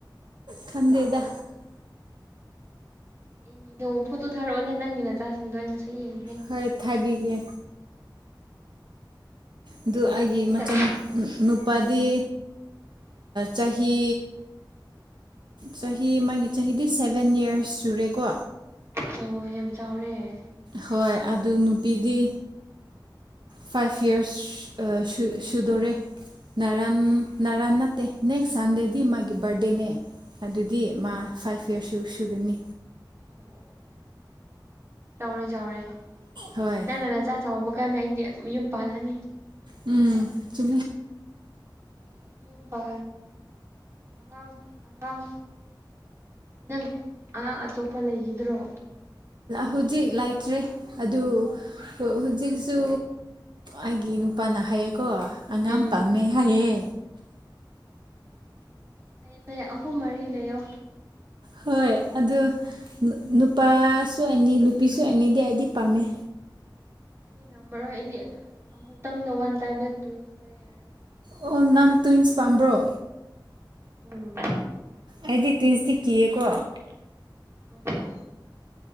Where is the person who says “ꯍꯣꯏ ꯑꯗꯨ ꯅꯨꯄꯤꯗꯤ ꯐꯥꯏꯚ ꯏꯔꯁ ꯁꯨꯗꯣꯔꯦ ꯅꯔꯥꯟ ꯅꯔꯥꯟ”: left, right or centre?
Right